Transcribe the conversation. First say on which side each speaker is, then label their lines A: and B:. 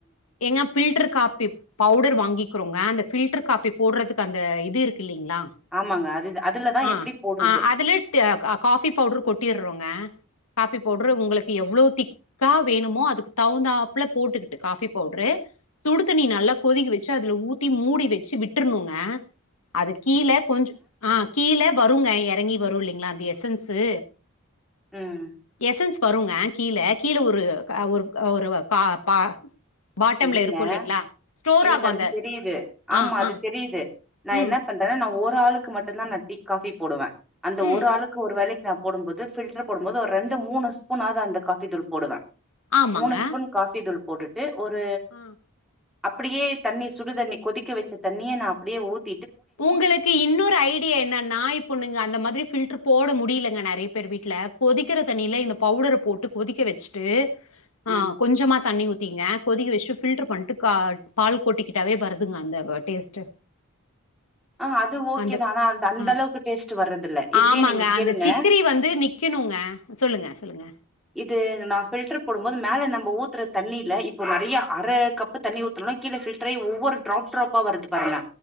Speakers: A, on the left; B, in the centre.
A: ஏங்க ஃபில்டர் காப்பி பவுடர் வாங்கிக்குறோங்க அந்த ஃபில் டர் காப்பி போட்றதுக்கு அந்த இது இருக் கில்லிங்ளா
B: ஆமாங்க அது அதுலதா
A: ஆ
B: எப்டி போடுறது
A: ஆ அதுல ட காஃபி பவுடர் கொட்டிர்றோங்க காஃபி பவுட்ரு உங்களுக்கு எவ்ளோ திக்கா வேணுமோ அதுக்கு தகுந்தாப்ல போட்டுக்கிட்டு காஃபி பவுட்ரு சுடு தண்ணி நல்லா கொதிக்க வச்சு அதுல ஊத்தி மூடி வச்சி விட்றனுங்க அது கீழ கொஞ்ச ஆ கீழ வருங்க எறங்கி வருல்லி ங்ளா அந்த எஸன்ஸு
B: ம்
A: எஸன்ஸ் வருங்க கீழ கீழ ஒரு க ஒரு க ஒரு வ கா பா பாட்டம்ல
B: இல்லெங்க
A: இருக்கு இல்லைங்களா ஸ்டோர்
B: எனக்கு
A: ஆகு
B: அது
A: அந்த
B: தெரியிது ஆமா
A: ஆ
B: அது
A: ஆ
B: தெரியிது நா
A: ம்
B: என்ன பண்றனா நா ஓ ஒரு ஆளுக்கு மட்டுந்தா நா டீ காஃபி போடுவே அந்த
A: ம்
B: ஒரு ஆளுக்கு ஒரு வேலைக்கா போடும்போது ஃபில்ட்ர போடும்போது ஒரு ரெண்டு மூணு ஸ்பூனாவது அந்த காஃபி தூள் போடுவே
A: ஆமாங்க
B: மூணு ஸ்பூன் காஃபி தூள் போட்டுட்டு ஒரு
A: ஆ.
B: அப்புடியே தண்ணி சுடுதண்ணி கொதிக்க வச்ச தண்ணிய நா அப்டியே ஊத்
A: உங்களுக்கு இன்னொரு ஐடியா என்னன்னா இப்போ நீங்க அந்த மாதிரி ஃபில்டர் போட முடியலங்க நெறைய பேர் வீட்ல கொதிக்கிற தண்ணில இந்த பவுடர போட்டு கொதிக்க வச்சுட்டு ஆ
B: ம்
A: கொஞ்சமா தண்ணி ஊத்திங்க கொதிக்க வச்சு ஃபில்டர் பண்ணிட்டு கா பால் கொட்டிக்கிட்டாவே வருதுங்க அந்த டேஸ்ட்
B: ஆ அது ஓகே
A: வந்து
B: தா ஆனா அந்த அந்த
A: ஆ
B: அளவுக்கு டேஸ்ட் வர்றதில்ல இதுலயே
A: ஆமாங்க
B: நீங்க கேளுங்க
A: அந்த சிக்கிரி வந்து நிக்கணுங்க சொல்லுங்க சொல்லுங்க
B: இது நா ஃபில்டர் போடு போது மேல நம்ம ஊத்துற தண்ணில இப்ப நறைய அர கப்பு தண்ணி ஊத்தணுனா கீழே ஃபில்டரே ஒவ்வொரு ட்ராப் ட்ராப்பா வருது பாருங்க